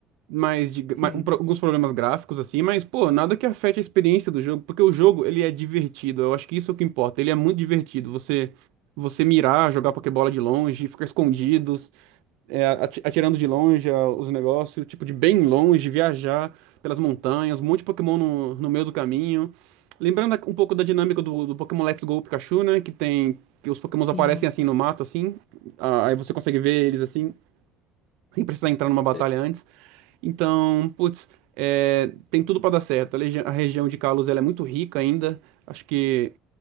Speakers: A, on the right; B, on the left.
A: mas de,
B: Sim,
A: mas um pro- alguns problemas gráficos assim, mas pô, nada que afete a experiência do jogo, porque o jogo ele é divertido. Eu acho que isso é o que importa. Ele é muito divertido. Você você mirar, jogar Pokébola de longe, ficar escondido, é, ati- atirando de longe a- os negócios, tipo, de bem longe, viajar pelas montanhas, um monte de Pokémon no, no meio do caminho. Lembrando a- um pouco da dinâmica do, do Pokémon Let's Go Pikachu, né? Que tem. Que os Pokémons
B: sim,
A: aparecem assim no mato, assim. a- Aí você consegue ver eles assim, sem precisar entrar numa batalha
B: é,
A: antes. Então, putz, é, tem tudo pra dar certo. A, legi- a região de Kalos, ela é muito rica ainda. Acho que